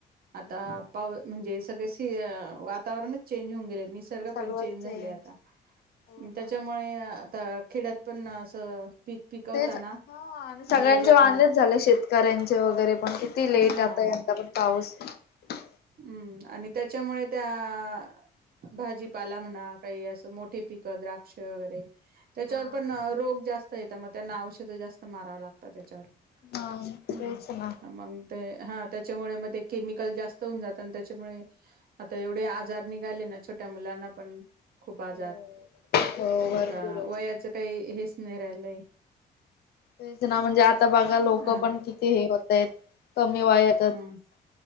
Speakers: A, on the right; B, on the left.
A: आंता
B: पूर्ण
A: पाव म्हणजे सगळेशी वातांवरणच चेंज होऊंन गेले निसर्ग
B: सगळं
A: पणं चेयन
B: चेंज
A: झाले आंता
B: हो ना
A: त्यांच्यामुळे आंता खेड्यांत पणं असं पीक पिकवताना
B: तेचं हां हां सगळ्यांचे
A: भाज्या
B: वांदेच
A: म्हणा
B: झाले शेतकऱ्यांचे वगैरें पणं किती लेट
A: हा
B: आंता यंदा पणं पाऊस हं
A: हम्मं आणि त्यांच्यामुळे त्यां भाजीपाला म्हणां कांहीं असं मोठे पिकतं राखं औषध वगैरें त्यांच्यावर
B: हा
A: पणं रोग जास्तं येतांत मंग त्यांना औषध जास्तं मारावं लागतं त्यांच्यावर
B: हा
A: हम्मं
B: तेच ना
A: मंग ते हां त्यांच्यामुळे मंग केमिकल जास्तं होऊंन जातांत आणि त्यांच्यामुळे आंता एवढे आजांर निघाले नां छोट्यां मुलांना पणं खूंप आजांर
B: हो हो भरपूरच
A: आंता वयाचं कांहीं हेचं नाहीं राहिलं
B: तेचं नां म्हणजे आंता बघां लोकं
A: हा
B: पणं किती हे होतायंत कमी वयांत
A: हम्मं